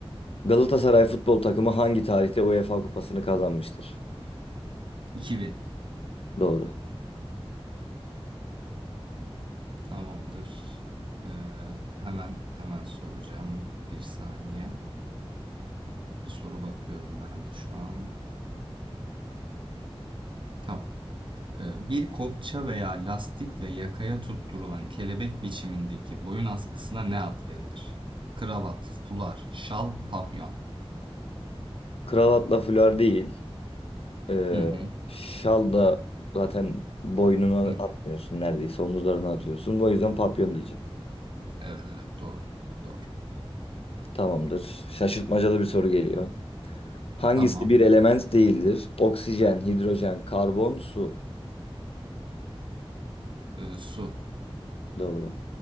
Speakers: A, on the left; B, on the right.
A: Galatasaray futbol takımı hangi tarihte UEFA Kupası'nı kazanmıştır?
B: 2000.
A: Doğru.
B: Tamamdır. Ee, hemen hemen soracağım. Bir saniye. Bir soru bakıyorum ben de şu an. Tamam. E, Bir kopça veya lastikle yakaya tutturulan kelebek biçimindeki boyun askısına ne ad verilir? Kravat, fular, şal, papyon.
A: Kravatla fular değil. Ee,
B: Hı hı.
A: şal da zaten boynuna
B: hı hı.
A: atmıyorsun neredeyse omuzlarına atıyorsun. O yüzden papyon diyeceğim.
B: Evet evet doğru. Doğru.
A: Tamamdır. Şaşırtmacalı bir soru geliyor. Hangisi
B: Tamam.
A: bir element değildir? Oksijen, hidrojen, karbon, su.
B: E, su.
A: Doğru.